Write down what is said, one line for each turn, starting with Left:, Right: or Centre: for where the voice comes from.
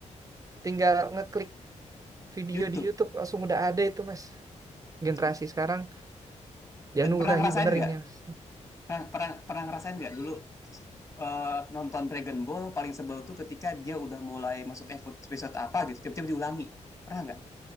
Right: tinggal ngeklik video
Left: YouTube.
Right: di YouTube langsung udah ada itu mas
Left: Betul.
Right: generasi sekarang
Left: Dan
Right: dianugerahi
Left: pernah ngerasain
Right: bener
Left: nggak
Right: ini mas
Left: Pernah, pernah, pernah ngerasain nggak dulu eh, nonton Dragon Ball paling sebel tuh ketika dia udah mulai masuk episode, episode apa gitu, tiba-tiba diulangi. Pernah nggak?